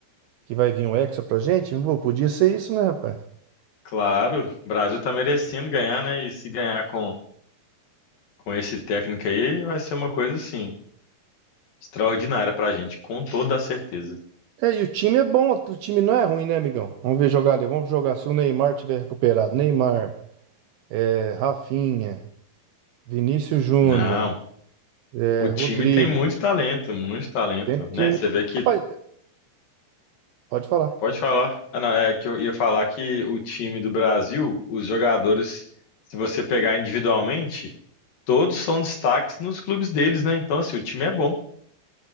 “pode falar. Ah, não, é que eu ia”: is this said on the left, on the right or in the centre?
Left